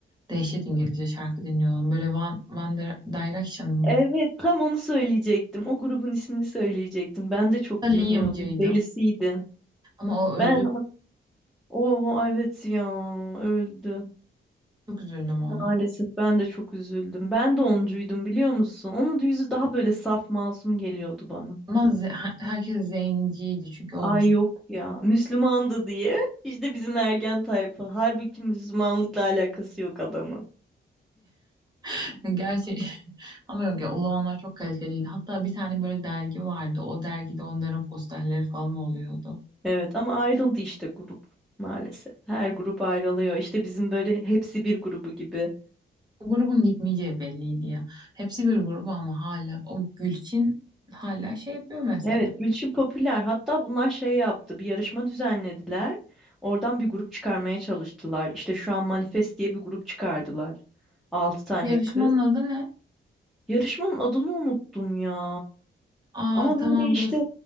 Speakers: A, on the right; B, in the centre.
A: dehşet İngilizce şarkı dinliyordum. Böyle One, One Dire- Direction mı?
B: Evet, tam onu söyleyecektim. O grubun ismini söyleyecektim. Ben de çok
A: Liam'cıydım.
B: dinliyordum. Delisiydim.
A: Ama o öldü.
B: Ben o evet ya öldü.
A: Çok üzüldüm ona.
B: Maalesef ben de çok üzüldüm. Ben de oncuydum biliyor musun? Onun da yüzü daha böyle saf masum geliyordu bana.
A: Ama ze- her- herkes zenciydi çünkü olmuş.
B: Ay yok ya Müslümandı diye. İşte bizim ergen tayfa. Halbuki Müslümanlıkla alakası yok adamın.
A: <laughs> Gerçi Ama yok ya o zamanlar çok kaliteliydi. Hatta bir tane böyle dergi vardı. O dergide onların posterleri falan oluyordu.
B: Evet ama ayrıldı işte grup maalesef. Her grup ayrılıyor. İşte bizim böyle hepsi bir grubu gibi.
A: O grubun gitmeyeceği belliydi ya. Hepsi bir grup ama hala o Gülçin hala şey yapıyor mesela.
B: Evet, Gülçin popüler. Hatta bunlar şey yaptı, bir yarışma düzenlediler. Oradan bir grup çıkarmaya çalıştılar. İşte şu an Manifest diye bir grup çıkardılar. Altı tane
A: Yarışmanın
B: kız.
A: adı ne?
B: Yarışmanın adını unuttum ya.
A: Aa
B: Ama
A: tamam
B: böyle işte
A: dur.